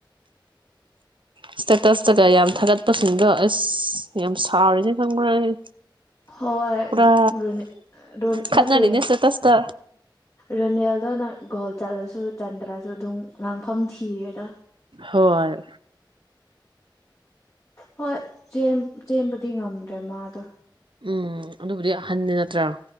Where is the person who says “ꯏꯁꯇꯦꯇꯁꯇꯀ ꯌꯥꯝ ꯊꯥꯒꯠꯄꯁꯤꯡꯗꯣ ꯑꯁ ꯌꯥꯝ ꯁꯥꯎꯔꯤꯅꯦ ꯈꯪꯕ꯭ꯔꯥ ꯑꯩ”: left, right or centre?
Right